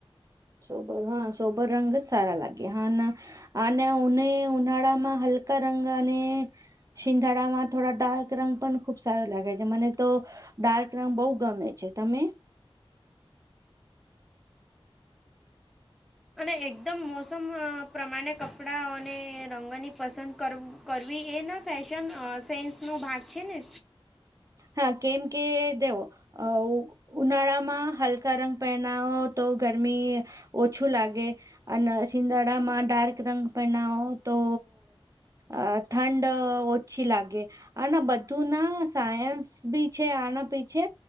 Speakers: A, on the right; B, in the centre.
A: સોબર હા સોબર રંગજ સારા લાગે હા ના અને નક્કી ઉને ઉનાળામાં હલકા રંગ અને શિયાળા માં થોડા ડાર્ક રંગ પણ ખુબ સારો લાગે છે મને તો ડાર્ક રંગ બહુ ગમે છે તમે
B: અને એકદમ મોસમ પ્રમાણે કપડાં અને રંગોની પસંદ કર કરવી એના ફેશન સેન્સ નો ભાગ છે ને
A: હા કેમ કે તૈઓ અવો ઉનાળામાં હલકા રંગ પહેનાવો તો ગરમી ઓછું લાગે અને સિંધાડામાં ડાર્ક રંગ પહેનાવો તો અ ઠંડ ઓછી લાગે આના બધું ના સાયન્સ બી છે આના પીછે